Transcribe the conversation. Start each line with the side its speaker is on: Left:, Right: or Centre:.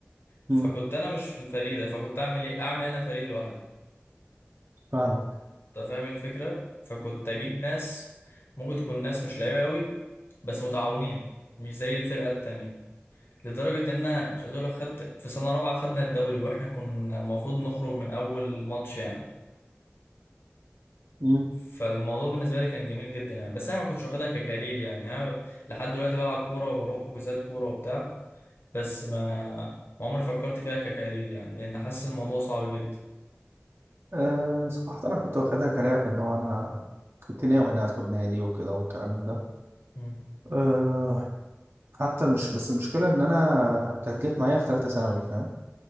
Left: فكنت
Right: امم
Left: انا مش في الفريق ده فكنت اعمل ايه اعمل انا فريق لوحدي
Right: فاهمك
Left: انت فاهم الفكره فكنت اجيب ناس ممكن تكون ناس مش لعيبه قوي بس متعاونين مش زي الفرقه التانية لدرجه ان انا مش عايز اقول لك خدت في سنه رابعه خدنا الدوري واحنا كنا المفروض نخرج من اول ماتش يعني
Right: امم
Left: فالموضوع بالنسبه لي كان جميل جدا يعني بس انا ما كنتش واخدها ككارير يعني انا لحد دلوقتي بلعب كوره وبروح حجوزات كوره وبتاع بس ما ما عمري فكرت فيها ككارير يعني لأن حاسس الموضوع صعب جدا
Right: أه صراحة أنا كنت واخدها كلاعب اللي هو أنا كنت ناوي إن أنا أدخل نادي وكده والكلام من ده
Left: مم.
Right: أه حتى مش بس المشكلة إن أنا كانت جت معايا في تالتة ثانوي فاهم